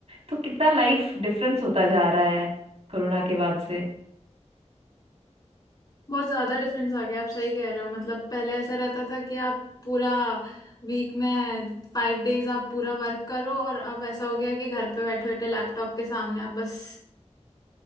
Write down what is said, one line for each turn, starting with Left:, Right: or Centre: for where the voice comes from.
Right: तो कितना लाइफ डिफरेंस होता जा रहा है कोरोना के बाद से
Left: बहुत ज्यादा डिफरेंस आ गया आप सही कह रहे हो मतलब पहले ऐसा रहता था कि आप पूरा वीक में फाइव डेज आप पूरा वर्क करो और अब ऐसा हो गया कि घर पे बैठे बैठे लैपटॉप के सामने आप बस